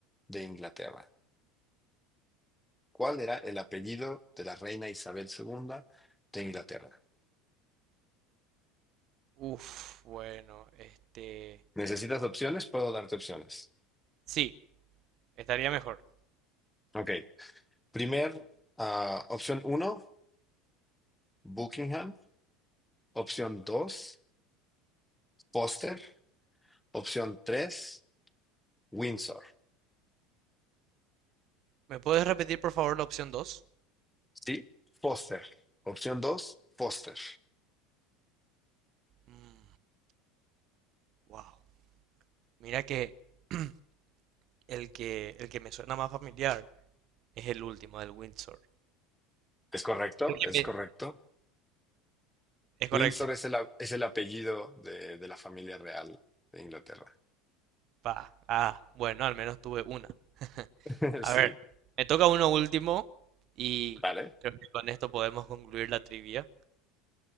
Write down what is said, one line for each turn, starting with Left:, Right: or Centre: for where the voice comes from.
Centre: de Inglaterra? ¿Cuál era el apellido de la reina Isabel II de Inglaterra?
Right: Uf, bueno, este
Centre: ¿Necesitas opciones? Puedo darte opciones.
Right: sí, estaría mejor.
Centre: Ok. Primer, ah, opción uno, Buckingham. Opción 2, Foster. Opción 3. Windsor.
Right: ¿Me puedes repetir por favor la opción dos
Centre: ¿Sí? Foster. Opción 2, Foster.
Right: Mm, wow. Mira que <clears throat> el que el que me suena más familiar es el último del Windsor.
Centre: ¿Es correcto?
Right: El que
Centre: Es
Right: me-
Centre: correcto.
Right: Es correcto.
Centre: Windsor es el, a- es el apellido de, de la familia real de Inglaterra.
Right: Pa. Ah, bueno, al menos tuve una. <laughs>
Centre: <laughs>
Right: A
Centre: Sí,
Right: ver, me toca uno último y
Centre: vale.
Right: creo que con esto podemos concluir la trivia.